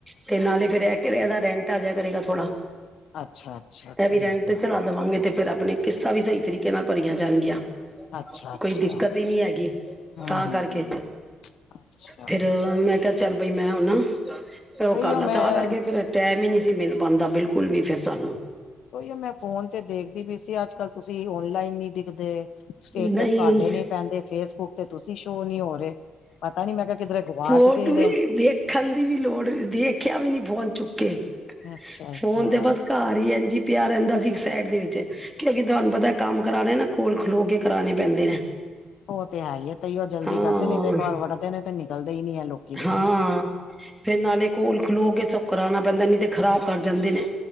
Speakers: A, in the centre; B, on the left.
A: ਤੇ ਨਾਲੇ ਫੇਰ ਏ ਕੇ ਏਦਾ ਰੈਂਟ ਆ ਜਿਆ ਕਰੇਗਾ ਥੋੜਾ
B: ਅੱਛਾ ਅੱਛਾ ਠੀਕ
A: ਐ ਵੀ ਰੈਂਟ ਤੇ
B: ਹੈ
A: ਚੜਾ ਦਵਾਂਗੇ ਤੇ ਫੇਰ ਅਪਣੇ ਕਿਸ਼ਤਾਂ ਵੀ ਸਈ ਤਰੀਕੇ ਨਾਲ ਭਰੀਆਂ ਜਾਨਗੀਆਂ।
B: ਅੱਛਾ ਅੱਛਾ
A: ਕੋਈ ਦਿੱਕਤ ਈ ਨੀ ਹੈਗੀ
B: ਹਮ
A: ਤਾਂ ਕਰਕੇ।
B: ਹਮ ਹਮ ਅੱਛਾ
A: ਫੇਰ ਮੈਂ ਕਿਆ ਚੱਲ ਬਈ ਮੈਂ ਹੁਨਾ ੳ
B: ਤੇਈਓ
A: ਕਰ ਲਾਂ
B: ਮੈਂ
A: ਤਾਂਵਾ ਤਰਕੇ ਫੇਰ ਟੈਮ ਈ ਨੀ ਸੀ ਮਿਲ ਪਾਂਦਾ ਬਿਲਕੁਲ ਵੀ ਫਿਰ ਸਾਨੂੰ।
B: ੳਈੳ ਮੈਂ ਫੋਨ ਤੇ ਦੇਖਦੀ ਪਈ ਸੀ, ਅੱਜ ਕੱਲ ਤੁਸੀਂ ਔਨਲਾਈਨ ਨੀ ਦਿਖਦੇ। ਸਟੇਟਸ
A: ਨਹੀਂ
B: ਤੁਹਾਡੇ ਨੀ ਪੈਂਦੇ, ਫੇਸਬੁੱਕ ਤੇ ਤੁਸੀਂ ਸ਼ੋ ਨੀ ਹੋ ਰਏ। ਪਤਾ ਨੀ ਮੈਂ ਕਿਆ ਕਿੱਧਰੇ ਗੁਵਾਚ
A: ਫੋਟੋ
B: ਗਏ
A: ਵੀ
B: ਨੇ।
A: ਦੇਖਣ ਦੀ ਵੀ ਲੋੜ ਦੇਖਿਆ ਵੀ ਨੀ ਫੋਨ ਚੁੱਕ ਕੇ
B: ਅੱਛਾ ਅੱਛਾ
A: ਫੋਨ ਤੇ ਬਸ ਘਰ ਈ ਐਂਜ ਈ ਪਿਆ ਰੈੰਦਾ ਸੀ ਇੱਕ ਸਾਈਡ ਦੇ ਵਿੱਚ, ਕਿਉਕਿ ਤੁਹਾਨੂੰ ਪਤਾ ਕੰਮ ਕਰਾਨੈ ਕੋਲ ਖਲੋ ਕੇ ਕਰਾਨੇ ਪੈਂਦੇ ਨੇ।
B: ੳ ਤੇ ਹੈ ਈਏ ਤੇਈੳ ਜਲਦੀ
A: ਹਾਂ
B: ਕਰਦੇ ਨੇ ਤੇ ਇੱਕ ਵਾਰ ਵੱੜਦੇ ਨੇ ਤੇ ਨਿਕਲਦੇ ਈ ਨੀ ਐ ਲੋਕ।
A: ਹਾਂ ਫੇਰ ਨਾਲੇ ਕੋਲ ਖਲੋ ਕੇ ਸਭ ਕਰਾਨਾ ਪੈਂਦੈ ਨਈ ਤੇ ਖ਼ਰਾਬ ਕਰ ਜਾਂਦੇ ਨੇ।